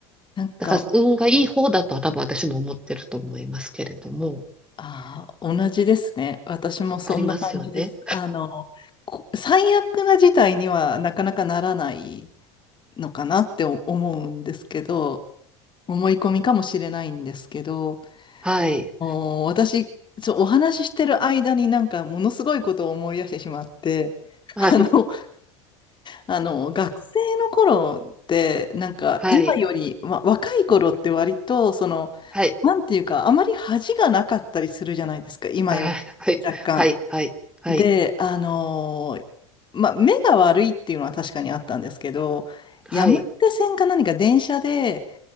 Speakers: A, on the left (about 30°); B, in the centre.
A: なんか、
B: だから運がいい方だとは多分私も思ってると思いますけれども、
A: ああ、同じですね。私もそんな感じです。
B: ありますよね。
A: あの、こ最悪な事態にはなかなかならないのかなって思うんですけど、思い込みかもしれないんですけど、
B: はい。
A: お私、ちょ、お話ししてる間になんかものすごいことを思い出してしまって、<laughs>
B: はい。
A: あの、こあの、学生の頃って、なんか今より、
B: はい。
A: ま、若い頃って割と、その、
B: はい。
A: なんていうか、あまり恥がなかったりするじゃないですか、今より。
B: はい。はい。
A: 若干。
B: はい。はい。はい。
A: で、あのーまあ、目が悪いっていうのは確かにあったんですけど、
B: はい。
A: 山手線か何か電車で、